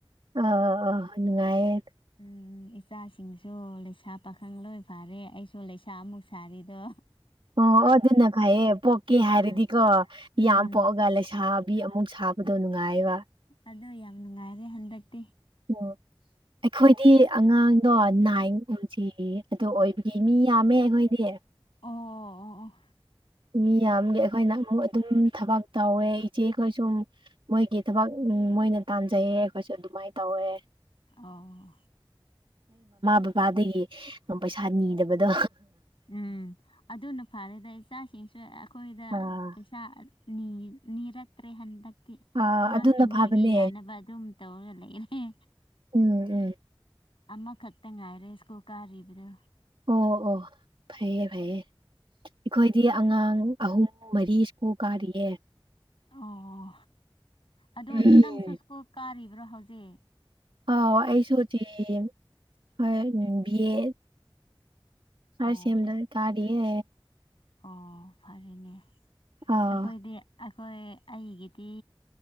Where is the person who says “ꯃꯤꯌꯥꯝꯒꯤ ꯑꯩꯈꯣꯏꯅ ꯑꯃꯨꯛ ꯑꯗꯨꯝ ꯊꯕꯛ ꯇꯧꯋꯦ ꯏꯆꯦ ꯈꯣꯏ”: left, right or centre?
Right